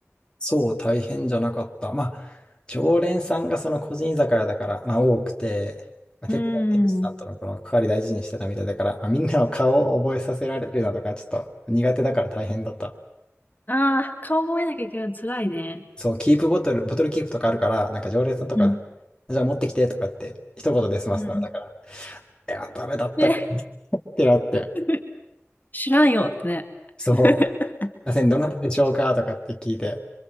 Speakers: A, on the left; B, on the left.
A: そう、大変じゃなかった。まあ、常連さんがその個人居酒屋だから、まあ、多くて、まあ、
B: うー
A: 結構、店主さんとのこの関わり大事にしてたみたいだから、
B: ん。
A: まあ、みんなの顔を覚えさせられるなとか、ちょっと苦手だから大変だった。
B: ああ、顔覚えなきゃいけないの辛いね。
A: そう、キープボトル、ボトルキープとかあるから、なんか常連さんとか、
B: うん。
A: じゃあ持ってきてとかって、一言で済ますの。
B: うん。
A: だから、いや、ダメだったっ
B: ね、
A: てなって、
B: <laughs> 知らんよってね。
A: そう、
B: <laughs>
A: すいません、どなたでしょうかとかって聞いて、